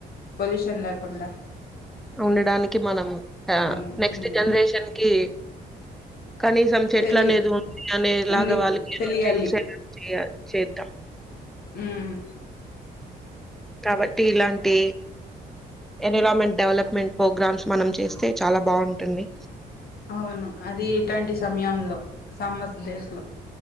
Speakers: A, on the left; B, in the centre.
A: పొల్యూషన్ లేకుండా
B: ఉండడానికి మనం ఆ
A: మనం
B: నెక్స్ట్
A: ఉమ్
B: జనరేషన్ కి కనీసం చెట్ల
A: తెలి
B: అనేది ఉంది అనేలాగ
A: ఉండి
B: వాళ్ళకి
A: తెలియాలి
B: తెలిసేలా చేయ చేద్దాం
A: ఉమ్
B: కాబట్టి ఇలాంటి ఎన్విరాన్మెంట్ డెవలప్మెంట్ ప్రోగ్రామ్స్ మనం చేస్తే చాలా బాగుంటుంది
A: అవును అది ఇటువంటి సమయంలో సమ్మస్ డేస్ లో